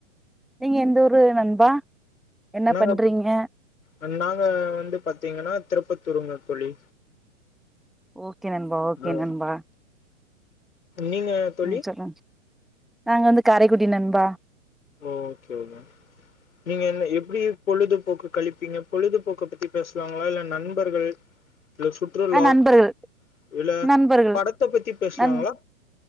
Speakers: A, in the centre; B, on the left.
A: நீங்க எந்த ஊரு நண்பா என்ன
B: நாங்க
A: பண்றீங்க
B: அண்ட் நாங்க வந்து பாத்தீங்கனா திருப்பத் தூருங்க தோழி
A: ஓகே நண்பா ஓகே
B: ஆ
A: நண்பா
B: நீங்க தோழி
A: ம் சொல்லுங்க நாங்க வந்து காரைக்குடி நண்பா
B: ஓகேயுமா நீங்க என்னா எப்டி பொழுதுபோக்கு கழிப்பீங்க பொழுதுபோக்க பத்தி பேஸ்லாங்ளா இல்ல நண்பர்கள் இல்ல சுற்றுலா
A: ஆ நண்பர்கள்
B: இதுல
A: நண்பர்கள்
B: படத்த பத்தி பேசலாங்களா
A: நண்